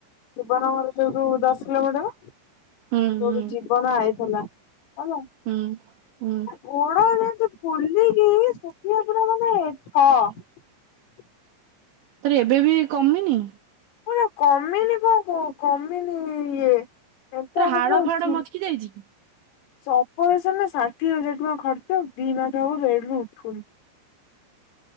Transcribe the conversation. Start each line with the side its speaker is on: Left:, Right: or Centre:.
Left: ଜିବନ ଘର ଯୋଉ ସେଇଠୁ ଦଶ କିଲୋମିଟର ଯୋଉଠୁ
Right: ହୁଁ ହୁଁ
Left: ଯି ଜିବନ ଆଇଥିଲା ହେଲା
Right: ଉଁ ଉଁ
Left: ଗୋଡ ଯେମିତି ଫୁଲିକି ଶୁଖିଲା ପୁରା ମାନେ ଠ <inaudible>
Right: ତୋର ଏବେ ବି କମିନି।
Left: <unintelligible> କମିନି କଣ କହୁଚ କମିନି ଇଏ <unintelligible>
Right: ତୋର ହାଡ ଫାଡ ମଚକି ଯାଇଛି
Left: ସେ ଅପରେସନ ରେ ଷାଠିଏ ହଜାର ଟଙ୍କା ଖର୍ଚ୍ଚ ଦି ମାସ ହବ ବେଡ ରୁ ଉଠୁନି।